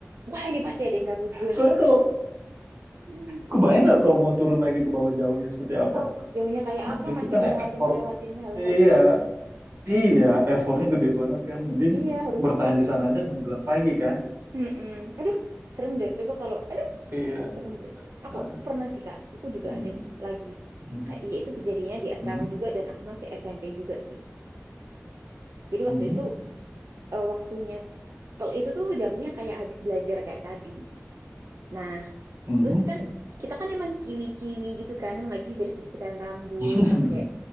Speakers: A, on the right; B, on the right.
A: wah ini pasti ada yang ganggu gue
B: soalnya
A: nih.
B: kalau
A: Hmm.
B: kebayang nggak kalau mau turun lagi ke bawah jauhnya seperti apa
A: Jauhnya kayak
B: Nah,
A: apa
B: itu
A: masih
B: kan
A: ngelewatin
B: effort
A: ngelewatin hal-hal
B: iya
A: itu.
B: iya effortnya gede banget kan mending
A: Iya, harus.
B: bertahan di sana dan menjelang pagi kan
A: Mm-mm. Aduh, serem deh. Coba kalau
B: iya
A: Seru deh. Aku
B: Ah,
A: pernah sih Kak, aku
B: menjelang-
A: juga ada nih lagi.
B: Mhm,
A: Kayak ya itu kejadiannya di asrama
B: mhm,
A: juga dan aku masih SMP juga sih. Jadi
B: mhm,
A: waktu itu eh, waktunya setelah itu tuh jamnya kayak habis belajar kayak tadi. Nah,
B: mhm.
A: terus kan kita kan emang ciwi-ciwi gitu kan yang lagi sisir-sisiran rambut
B: <laughs>
A: pakai